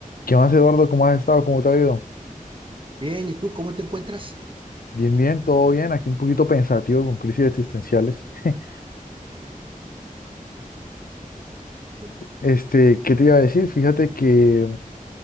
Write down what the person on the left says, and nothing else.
¿Qué más, Eduardo? ¿Cómo has estado? ¿Cómo te ha ido?
Bien, bien, todo bien. Aquí un poquito pensativo con crisis existenciales. <laughs>
Este, ¿qué te iba a decir? Fíjate que,